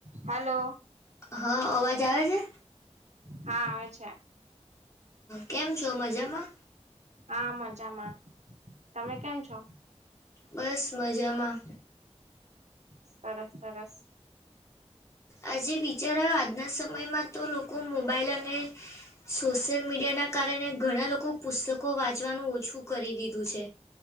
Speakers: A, on the right (about 80°); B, on the left (about 25°).
A: Hello
B: હા અવાજ આવે છે.
A: હા આવે છે.
B: કેમ છો મજામા
A: હા મજામાં તમે કેમ છો.
B: બસ મજામા
A: સરસ સરસ
B: આજે વિચારો આજના સમયમાં તો લોકો મોબાઈલ અને સોશિયલ મીડિયા ના કારણે ઘણા લોકો પુસ્તકો વાંચવાનું ઓછું કરી દીધું છે.